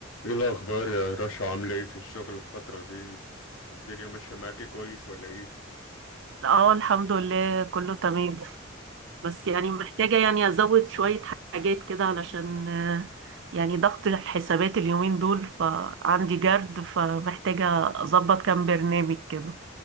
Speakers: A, on the left; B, on the right.
A: ايه الاخبار يا رشا عامله ايه في الشغل الفتره دي الدنيا ماشيه معاكي كويس ولا ايه
B: اه الحمد لله كله تمام بس يعني محتاجة يعني أزود شوية حاجات كده علشان آه، يعني ضغط الحسابات اليومين دول فعندي جرد فمحتاجة أظبط كام برنامج كده